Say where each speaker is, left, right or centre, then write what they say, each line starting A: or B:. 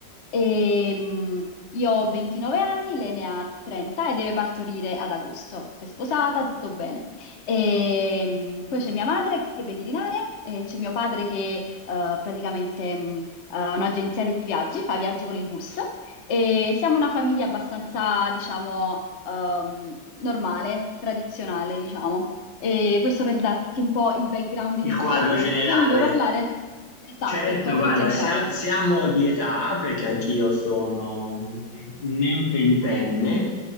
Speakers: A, on the left; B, on the left.
A: E, mm, io ho 29 anni, lei ne ha 30 e deve partorire ad agosto. Si è sposata, tutto bene. E, mh, poi c'è mia madre che è veterinaria e c'è mio padre che eh, praticamente mh, ha un'agenzia di viaggi, fa viaggi con il bus e siamo una famiglia abbastanza, diciamo, ehm, normale, tradizionale, diciamo. E questo per darti un po' il background iniziale.
B: il quadro generale.
A: Tu mi puoi parlare? Esatto,
B: Certo,
A: il quadro
B: guarda,
A: generale.
B: sia- siamo di età perché anch'io sono un, tren- un neotrentenne